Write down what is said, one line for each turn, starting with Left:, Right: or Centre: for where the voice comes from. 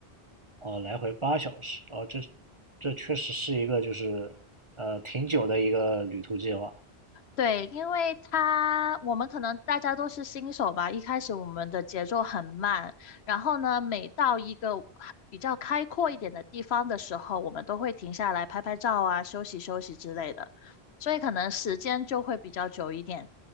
Right: 哦，来回八小时，哦，这这确实是一个就是呃挺久的一个旅途计划。
Left: 对，因为他我们可能大家都是新手吧，一开始我们的节奏很慢，然后呢，每到一个比较开阔一点的地方的时候，我们都会停下来拍拍照啊，休息休息之类的，所以可能时间就会比较久一点。